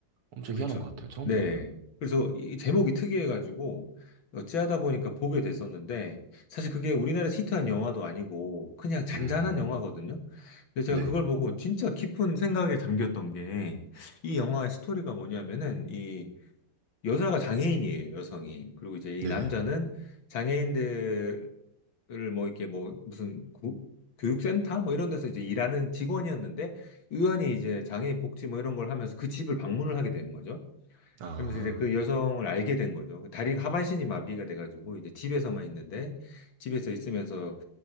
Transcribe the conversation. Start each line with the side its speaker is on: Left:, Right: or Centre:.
Right: 엄청
Left: 그쵸.
Right: 희한한 것 같아요. 처음
Left: 네.
Right: 들어봐요.
Left: 그래서 이 제목이 특이해가지고 어찌하다 보니까 보게 됐었는데 사실 그게 우리나라에서 히트한 영화도 아니고 그냥 잔잔한
Right: 음,
Left: 영화거든요. 근데 제가
Right: 네,
Left: 그걸 보고 진짜 깊은 생각에 잠겼던 게 이 영화의 스토리가 뭐냐면은 이 여자가 장애인이에요, 여성이. 그리고 이제 이
Right: 네네.
Left: 남자는 장애인들을 뭐 이렇게 뭐 무슨 구- 교육센터 뭐 이런 데서 이제 일하는 직원이었는데 의원이 이제 장애인 복지 뭐 이런 걸 하면서 그 집을 방문을 하게 되는 거죠.
Right: 아,
Left: 그러면서 이제 그 여성을 알게 된 거죠. 그 다리 하반신이 마비가 돼가지고 이제 집에서만 있는데 집에서 있으면서